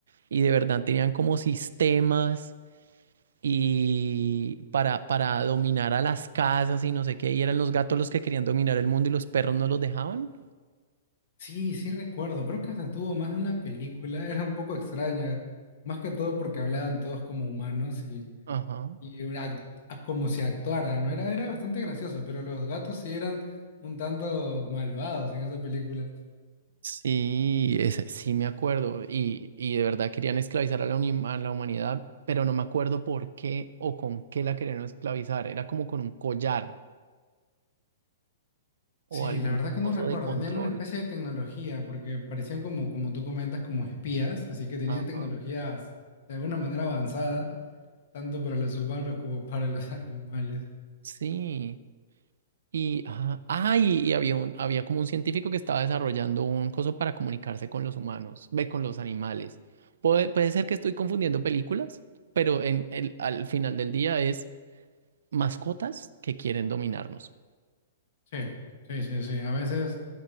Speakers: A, on the right; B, on the left.
A: y de verdad tenían como sistemas. y para, para dominar a las casas y no sé qué, y eran los gatos los que querían dominar el mundo y los perros no los dejaban.
B: Sí, sí recuerdo, creo que hasta tuvo más de una película, era un poco extraña, más que todo porque hablaban todos como humanos Y
A: Ajá.
B: una act- a- como si actuaran, ¿no? Era, era bastante gracioso, pero los gatos sí eran un tanto malvados en esa película.
A: Sí, ese- sí me acuerdo, y, y de verdad querían esclavizar a la, uni- a la humanidad, pero no me acuerdo por qué o con qué la querían esclavizar, era como con un collar
B: Sí,
A: o algún
B: la verdad que
A: coso
B: no recuerdo.
A: de control.
B: Tenían una especie de tecnología, porque parecían como, como tú comentas, como espías, así que tenían
A: Ajá.
B: tecnologías de alguna manera avanzada, tanto para los humanos como para los <laughs> animales.
A: Sí. Y, ah, ah, y, y había un, había como un científico que estaba desarrollando un coso para comunicarse con los humanos, ve, con los animales. Puede, puede ser que estoy confundiendo películas, pero en el, al final del día es mascotas que quieren dominarnos.
B: Sí, sí, sí, sí. A veces